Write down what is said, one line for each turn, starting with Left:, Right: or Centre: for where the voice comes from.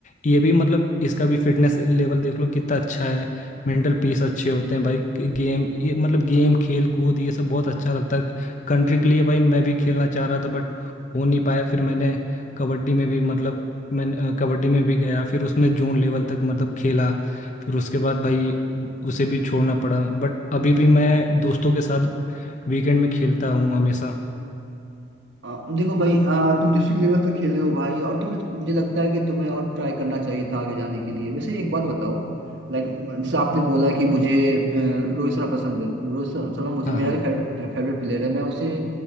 Left: ये भी मतलब इसका भी फिटनेस लेवल देख लो कितना अच्छा है मेंटल पीस अच्छे होते हैं भाई गेम ये मतलब गेम खेल कूद ये सब बहुत अच्छा लगता है कंट्री के लिए भाई मैं भी खेलना चाह रहा था बट हो नहीं पाया फिर मैंने कबड्डी में भी मतलब मैं अ, कबड्डी में भी गया फिर उसमें जोन लेवल तक मतलब खेला फिर उसके बाद भाई उसे भी छोड़ना पड़ा बट अभी भी मैं दोस्तों के साथ वीकेंड में खेलता हूँ हमेशा
Right: आ, देखो भाई आ, तुम डिस्ट्रिक्ट लेवल तक खेले हो भाई और तुम्हें मुझे लगता है कि तुम्हें और ट्राई करना चाहिए था आगे जाने के लिए वैसे एक बात बताओ लाइक जैसे आपने बोला कि मुझे अ, रोहित शर्मा पसंद है रोहित शर्मा शर्मा मुझे
Left: हाँ
Right: मेरा
Left: हाँ
Right: भी फेवरेट फेवरेट प्लेयर है मैं उसे